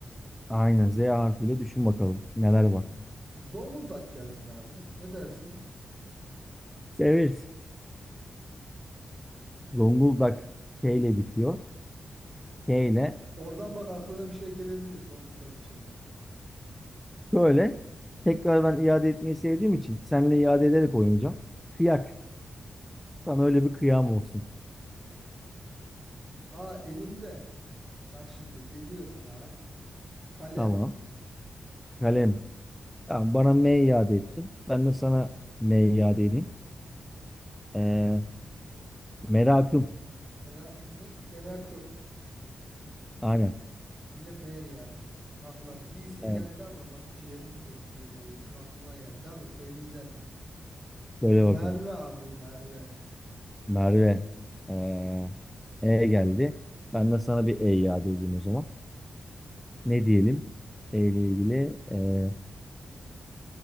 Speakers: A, in the centre; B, on the right.
A: Aynen. Z harfiyle düşün bakalım. Neler var.
B: Zonguldak gelsin abi. Ne dersin?
A: Severiz. Zonguldak. K ile bitiyor. K ile
B: Oradan bak aklına bir şey gelebilir Zonguldak içinde.
A: Şöyle tekrar ben iade etmeyi sevdiğim için seninle iade ederek oynayacağım. Kıyak. Sana öyle bir kıyam olsun.
B: Aa elimde. Bak şimdi geliyor sana harf. Kalem.
A: Tamam. Kalem. Tamam, bana M iade ettin. Ben de sana M iade edeyim. Ee, merakım.
B: Mera ne? Merakım.
A: Aynen.
B: Yine M iade ettik. Ah ulan bir isim
A: Evet,
B: geldi ama bak ciğerimi söktü yine o isim aklıma geldi ama söyleyeceğim ya.
A: söyle
B: Merve
A: bakalım.
B: abi Merve.
A: Merve. Ee, E geldi. Ben de sana bir E iade edeyim o zaman. Ne diyelim? E ile ilgili. ee,